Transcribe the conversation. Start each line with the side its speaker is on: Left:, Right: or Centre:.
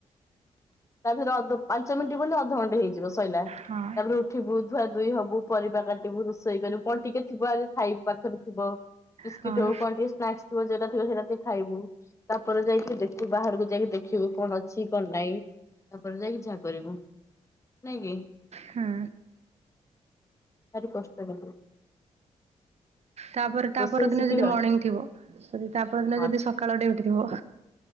Left: ତା ଭିତରେ ଅଧ ପାଞ୍ଚ ମିନିଟ ବୋଲି ଅଧଘଣ୍ଟେ ହେଇ ଯିବ ସଇଲା ତାପରେ
Right: ହଁ
Left: ଉଠିବୁ ଧୁଆ ଧୁଇ ହବୁ ପରିବା କାଟିବୁ ରୋଷେଇ କରିବୁ କଣ ଟିକେ ଥିବ ଆଗ ଖାଇ ପାଖରେ ଥିବ ବିସ୍କିଟ
Right: ହଁ
Left: ହଉ କଣ ଟିକେ ସ୍ନାକ୍ସ ଥିବ ଯଉଟା ଥିବ ସେଇଟା ଟି ଖାଇବୁ ତାପରେ ଯାଇକି ଦେଖୁ ବାହାରକୁ ଯାଇକି ଦେଖିବୁ କଣ ଅଛି କଣ ନାହିଁ ତାପରେ ଯାଇକି ଯାହା କରିବୁ ନାଇଁ କି?
Right: ହୁଁ
Left: ଭାରି କଷ୍ଟ କିନ୍ତୁ
Right: ତାପରେ ତା
Left: ରୋଷେଇ
Right: ପର ଦିନ
Left: ଶିଖିଲ
Right: ଯଦି ମର୍ଣ୍ଣିଂ ଥିବ ସରି ତା ପର ଦିନ
Left: ହଁ
Right: ଯଦି ସକାଳ ଡ୍ୟୁଟି ଥିବ